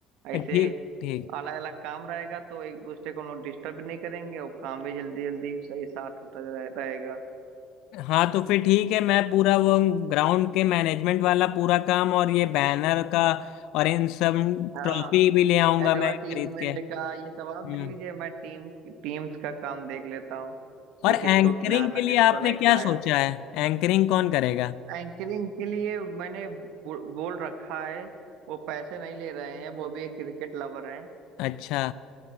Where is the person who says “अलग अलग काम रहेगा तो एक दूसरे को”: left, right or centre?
Right